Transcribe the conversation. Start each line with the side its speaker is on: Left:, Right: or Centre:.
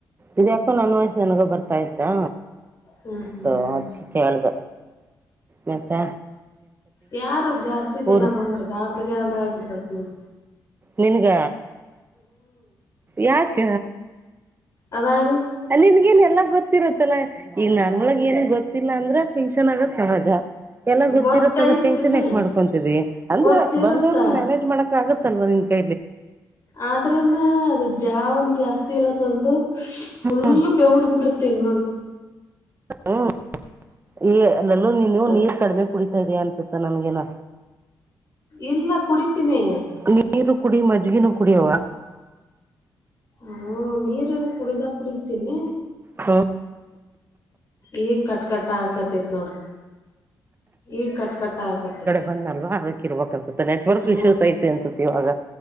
Right: ಇದ್ಯಾಕೋ ನನ್ ವಯಸ ನನ್ಗ ಬರ್ತಾ ಇತಾ
Left: ಹ್ಮ್ ಹ್ಮ್
Right: ಸ ಅದಕ್ಕೆ ಕೇಳ್ದ ಮತ್ತಾ
Left: ಯಾರ ಜಾಸ್ತಿ ಜನ
Right: ಊರು
Left: ಬಂದ್ರ ಗಾಬ್ರಿ ಗಾಬ್ರಿ ಆಗ್ಬಿಡ್ತತ್ ನನ್
Right: ನಿನಗ ಯಾಕ
Left: ಅದಾ
Right: ನಿಮಗೇನ್ ಎಲ್ಲಾ ಗೊತ್ತಿರುತ್ತಲ್ಲಾ ಈ ನಾರ್ಮಲ್ಗ ಏನ ಗೊತ್ತಿಲ್ಲ ಅಂದ್ರ ಫೆಂಕ್ಷನ್ ಆಗ ಸಹಜ ಎಲ್ಲ ಗೊತ್ತಿರತ್ತ
Left: ಗೊತ್ತೈತ್
Right: ಅಂದ ಟೆನ್ಷನ್
Left: ಬಿಡು
Right: ಯಾಕ್ ಮಾಡ್ಕೊಂತಿದವಿ ಅಂದ್ರ
Left: ಗೊತ್ತಿರುತ್ತ
Right: ಬಂದವ್ರನು ಮ್ಯಾನೇಜ್ ಮಾಡಕ ಆಗತ್ತಲ್ವಾ ನಿನ್ ಕ
Left: ಆದ್ರನ ಅದ ಜಳ ಒಂದ ಜಾಸ್ತಿ ಇರತ್ ಅಂತು ಫುಲ್
Right: ಹ್ಞೂ
Left: ಬೀವತ್ ಬಿಟಿರುತ್ತ ನೋಡು
Right: ಹ್ಮ್ ಈ ಅಲ್ಲಲ್ಲೂ ನೀನು
Left: ಅದ್
Right: ನೀರ್ ಕಡಿಮೆ ಕುಡಿತಾ ಇದಯಾ ಅನ್ಸುತ್ತೆ ನನ್ಗೆನ
Left: ಇಲ್ಲ ಕುಡಿತೀನಿ
Right: ನೀರು ಕುಡಿ ಮಜ್ಗಿನು ಕುಡಿಯವಾ
Left: ಹ್ಮ ನೀರ್ ಕುಡಿದ ಕುಡತೀನಿ
Right: ಹ್ಞೂ
Left: ಈಏ ಕಟ್ ಕಟ್ ಕ ಹಾಕತ್ತತಿ ನೋಡ್ರ ಈಗ ಕಟ್ ಕಟ್ಟ ಆಕತ್ತತಿ
Right: ಬಂದ ಅಲ್ವಾ ಅದಕ್ಕ ಇರ್ಬೇಕ ಅನ್ಸುತ್ತೆ ನೆಟ್ವರ್ಕ್
Left: ಹ್ಮ್
Right: ಇಶ್ಯೂಸ್ ಐತಿ ಅನ್ಸುತ್ತ ಇವಾಗ